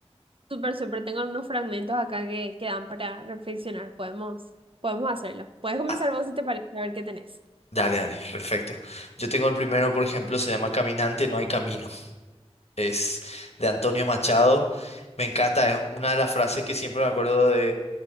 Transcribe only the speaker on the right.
Súper, súper. Tengo unos fragmentos acá que, que dan para reflexionar. Podemos, podemos hacerlo. Puedes comenzar
vos si te parece, a ver qué tenés.